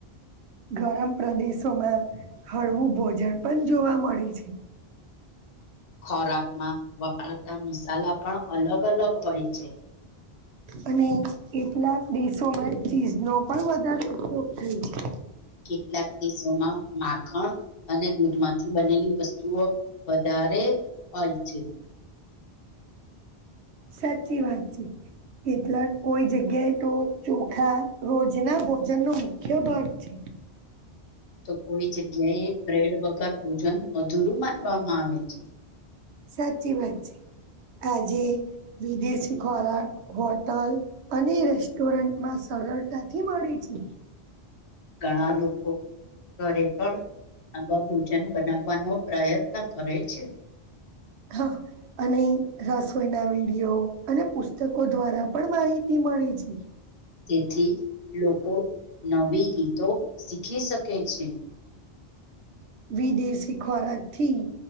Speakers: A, on the right (about 85°); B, on the left (about 65°).
A: ગરમ પ્રદેશોમાં હળવું ભોજન પણ જોવા મળે છે
B: ખોરાકમાં વપરાતા મસાલા પણ અલગ અલગ હોય છે
A: અને કેટલાક દેશોમાં ચીઝનો પણ વધારે ઉપયોગ થાય છે
B: કેટલાક દેશોમાં માખણ અને દૂધ માંથી બનેલી વસ્તુ વસ્તુઓ વધારે હોય છે
A: સાચી વાત છે કેટલાક કોઈ જગ્યાએ તો ચોખા રોજ ના ભોજન નો મુખ્ય ભાગ છે <unintelligible>
B: તો કોઈ જગ્યાએ બ્રેડ વગર ભોજન અધૂરું માનવામાં આવે છે
A: સાચી વાત છે આજે વિદેશી ખોરાક હોટલ અને રેસ્ટોરન્ટમાં સરળતાથી મળી છે
B: ઘણા લોકો ઘરે પણ આવા ભોજન બનાવવાનો પ્રયત્ન કરે છે
A: હા અને રસોઈના વિડીિયો અને પુસ્તકો દ્વારા પણ માહિતી મળી છે
B: તેથી લોકો નવી ગીતો શીખી શકે છે
A: વિદેશી ખોરાક થી